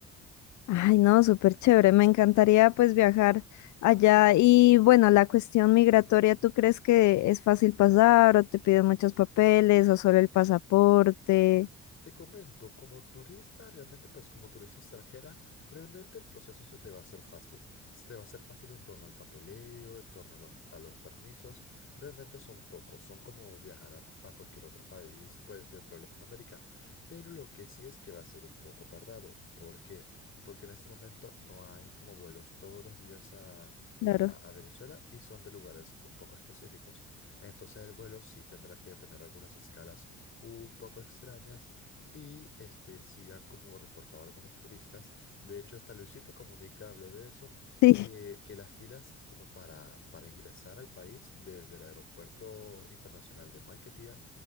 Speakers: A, on the left; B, on the left.
A: Ay, no, súper chévere. Me encantaría pues viajar allá. Y bueno, la cuestión migratoria, ¿tú crees que es fácil pasar o te piden muchos papeles o solo el pasaporte?
B: Te comento, como turista, realmente, pues como turista extranjera, realmente el proceso se te va a hacer fácil. Se te va a hacer fácil en torno al papeleo, en torno a los, a los permisos. Realmente son pocos, son como viajar a, a cualquier otro país, pues dentro de Latinoamérica. Pero lo que sí es que va a ser un poco tardado. ¿Por qué? Porque en este momento no hay como vuelos todos los días a...
A: Claro.
B: A, a Venezuela y son de lugares un poco específicos. Entonces el vuelo sí tendrá que tener algunas escalas un poco extrañas y este, sí han como reportado algunos turistas, de hecho hasta Luisito Comunica habló de eso,
A: <laughs>
B: que,
A: Sí.
B: que las filas como para, para ingresar al país desde el aeropuerto internacional de Maiquetía